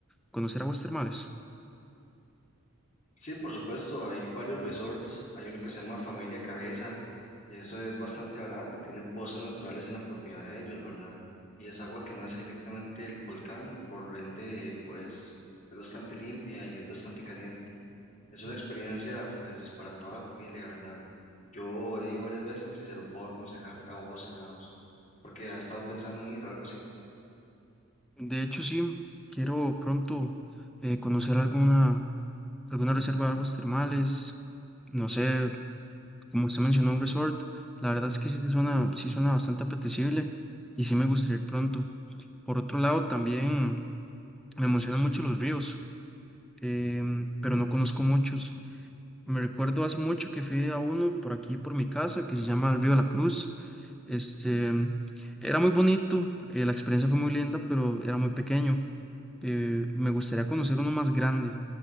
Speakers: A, in the centre; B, on the left.
A: conocer aguas termales?
B: Sí, por supuesto, hay varios resorts. Hay uno que se llama Familia Cabeza. Eso es bastante barato y tienen pozas naturales en la propiedad de ellos, ¿verdad? Y es agua que nace directamente del volcán, por ende, pues es bastante limpia y es bastante caliente. Es una experiencia, pues, para toda la familia, ¿verdad? Yo he ido varias veces y se lo puedo aconsejar a ojos cerrados, porque ha estado pensando en ir o algo así.
A: De hecho, sí, quiero pronto eh, conocer alguna, alguna reserva de aguas termales, no sé, como usted mencionó, un resort. La verdad es que sí suena, sí suena bastante apetecible y sí me gustaría ir pronto. Por otro lado, también me emocionan mucho los ríos, em, pero no conozco muchos. Me recuerdo hace mucho que fui a uno por aquí, por mi casa, que se llama el Río la Cruz. Este, era muy bonito, eh, la experiencia fue muy linda, pero era muy pequeño. Eh, me gustaría conocer uno más grande.